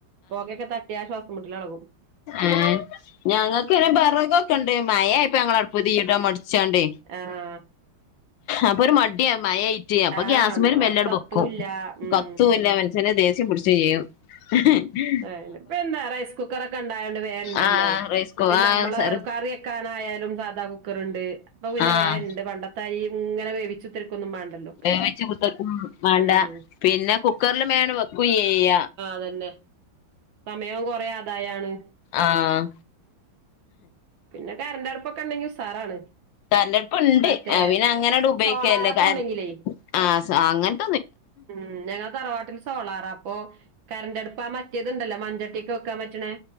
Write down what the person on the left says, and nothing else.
ആം ഞങ്ങൾക്ക് ഇന്നെ ബറകൊക്കെ ഇണ്ട് മയ ആപ്പോ ഞങ്ങ അടുപ്പുതി ഇടാ മടിച്ചോണ്ട്
അപ്പൊ ഒരു മഡിയ മഴയായി അപ്പൊ
ഗ്യാസ്മേനും മെല്ലട്
വെക്കും
കത്തുല്ല മനുഷ്യന് ദേഷ്യം പിടിച്ചും ചെയ്യും ഉ
ആഹ് റൈസ് കു
ആ
സോറി
ആഹ്
വേവിച്ച് കുത്തർക്കും വേണ്ട
പിന്നെ കുക്കറൽ മേണ് വെക്കും ചെയ്യ
ആഹ്
കരൻ്റട്പ്പുണ്ട്,
അപിന്നെ അങ്ങനട് ഉപയോക്കേല്ല
കാര്
ആ സാ അങ്ങൻ-